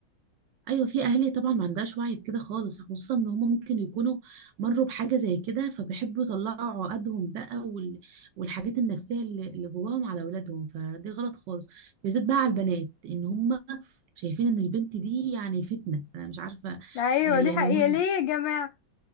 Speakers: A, on the right; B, on the left.
A: ايوه في اهالي طبعا ما عندهاش وعي بكده خالص خصوصا ان هم ممكن يكونوا مروا بحاجه زي كده فبيحبوا يطلعوا عقدهم بقى وال... والحاجات النفسيه اللي اللي جواهم على اولادهم فدي غلط خالص بالذات بقى على البنات ان هم شايفين ان البنت دي يعني فتنه انا مش عارفه
B: أيوة
A: آه، يعني
B: دي حقيقة
A: هو
B: ليه يا جماعة؟